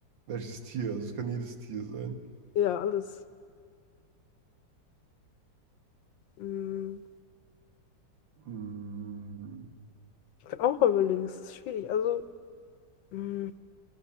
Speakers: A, on the right; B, on the left.
A: welches Tier? Also es kann jedes Tier sein.
B: Ja, alles. Mm,
A: Hm,
B: Ich bin auch am überlegen, es ist schwierig. Also, mm,